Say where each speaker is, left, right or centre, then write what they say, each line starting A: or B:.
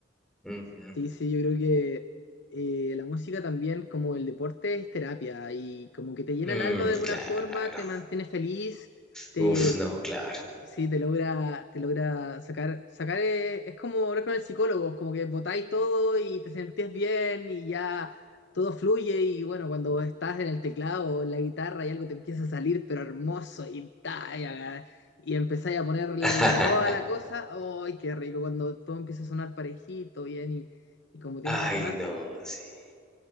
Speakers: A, in the centre; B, on the left.
A: Ujú.
B: Sí, sí, yo creo que eh, la música también, como el deporte, es terapia y como que te llena
A: Mm,
B: el alma de alguna
A: claro.
B: forma, te mantiene feliz, te,
A: Uf, no, claro.
B: Sí, te logra, te logra sacar, sacar eh, es, como hablar con el psicólogo, como que botáis todo y te sentís bien y ya todo fluye y bueno, cuando estás en el teclado o en la guitarra y algo te empieza a salir pero hermoso y, ta, y, haga- y empezáis a ponerle
A: <laughs>
B: la voz a la cosa, ¡ay, qué rico! Cuando todo empieza a sonar parejito, bien y, y como tiene que
A: Ay,
B: sonar.
A: no, sí.